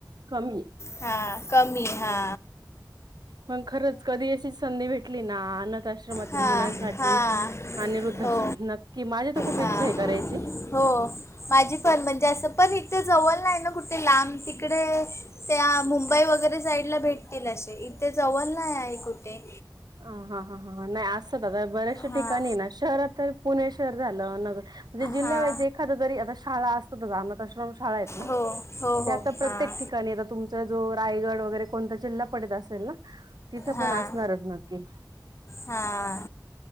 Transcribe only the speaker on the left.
हां कमी हा.
हा
हा
हो
हा
हो माझी पण म्हणजे असं पण इथे जवळ नाही ना कुठे लांब तिकडे. त्या मुंबई वगैरे साईड ला भेटतील असे इथे जवळ नाही आहे कुठे.
हां
हां
हो हो हो
हां
हां
हां